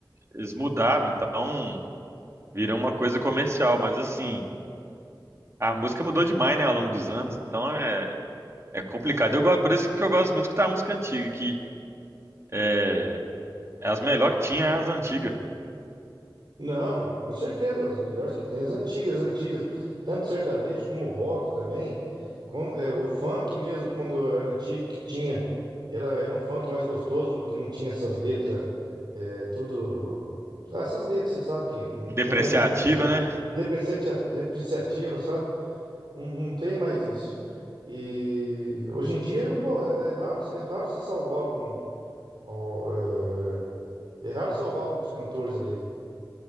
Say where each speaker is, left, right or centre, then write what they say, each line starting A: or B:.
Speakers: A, on the right; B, on the right.
A: eles mudaram, então virou uma coisa comercial, mas assim, a música mudou demais, né, ao longo dos anos, então é, é complicado. Eu, go- por isso que eu gosto muito de escutar a música antiga, que é, é as melhores que tinha é as antigas.
B: Não, com certeza, as melhores que tem, as antigas, antigas, tanto sertanejo como rock também, com- é, o funk mesmo, quando era antigo, que tinha, era, era um funk mais gostoso, que não tinha essas letras, é, tudo, ah, essas letras, você sabe, que não,
A: Depreciativa,
B: não entra na cabeça, da
A: né?
B: gente, depreciativa, depreciativa, sabe, não, não tem mais isso, e hoje em dia, vô, é é raro, é raro se salvar algum, ó, é é raro salvar alguns cantores ali.